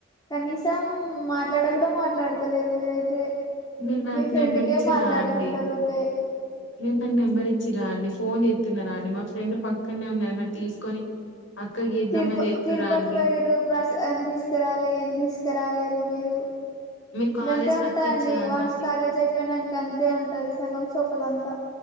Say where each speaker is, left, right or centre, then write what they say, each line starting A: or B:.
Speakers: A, on the left (about 20°); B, on the left (about 65°).
A: కనీసం మాట్లాడకుడ మాట్లాడతలేరు మీరైతే
B: మీరు నాకు
A: మీ ఫ్రెండ్కే
B: నెంబర్ ఇచ్చిరా
A: మాట్లాడుకుంటారు
B: అండి
A: ఊకే
B: మీరు నాకు నెంబర్ ఇచ్చరా అండి ఫోన్ చేస్తున్నారా అండి మా ఫ్రెండ్ పక్కనే ఉన్నారు మరి తీసుకొని అక్కకి చేద్దామని
A: తిరుప
B: చేత్తురా
A: తిరుపతి
B: అండి
A: పోయిర్రు ప్రసాదం తీసుకురాలే ఏం తీసుకురాలేరు మీరు
B: మీరు కాలేజ్
A: గంతే
B: కత్తి
A: ఉంటదండి
B: ఇచ్చారనండి
A: వన్స్ కాలేజ్ అయిపోయినాక అంతే ఉంటంది సగం సోపతి అంతా